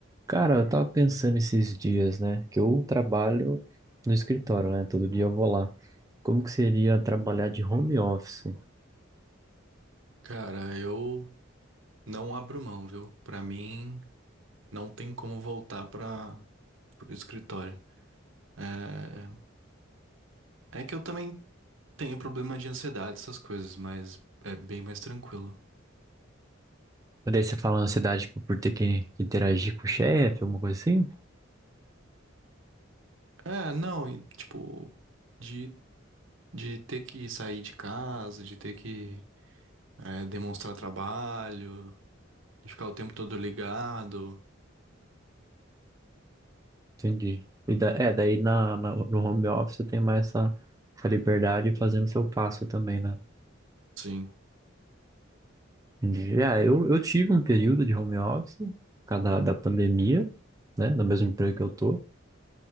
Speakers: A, on the right (about 20°); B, on the right (about 70°).
A: Cara, eu tava pensando esses dias, né? Que eu trabalho no escritório, né? Todo dia eu vou lá. Como que seria trabalhar de home office?
B: Cara, eu não abro mão, viu? Pra mim, não tem como voltar para o escritório. É... é que eu também tenho problema de ansiedade, essas coisas, mas é bem mais tranquilo.
A: Mas daí você fala ansiedade, tipo, por ter que interagir com o chefe, alguma coisa assim?
B: É, não, e, tipo, de, de ter que sair de casa, de ter que é, demonstrar trabalho, de ficar o tempo todo ligado.
A: Entendi. E da- é, daí na, na- no home office você tem mais essa, essa liberdade fazendo seu passo também, né?
B: Sim.
A: Já, eu, eu tive um período de home office por causa da, da pandemia, né? No mesmo emprego que eu tô.